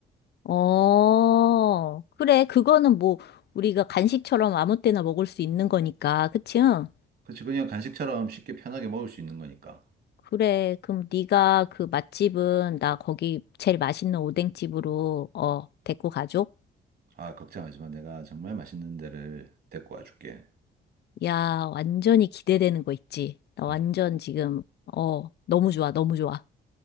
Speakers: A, on the left; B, on the right.
A: 어, 그래. 그거는 뭐, 우리가 간식처럼 아무 때나 먹을 수 있는 거니까. 그치? 응?
B: 그렇지. 그냥 간식처럼 쉽게 편하게 먹을 수 있는 거니까.
A: 그래. 그럼 네가 그 맛집은 나 거기 제일 맛있는 오뎅집으로, 어, 데리고 가줘?
B: 아, 걱정하지 마. 내가 정말 맛있는 데를 데리고 와줄게.
A: 야, 완전히 기대되는 거 있지? 나 완전
B: 음.
A: 지금, 어, 너무 좋아. 너무 좋아.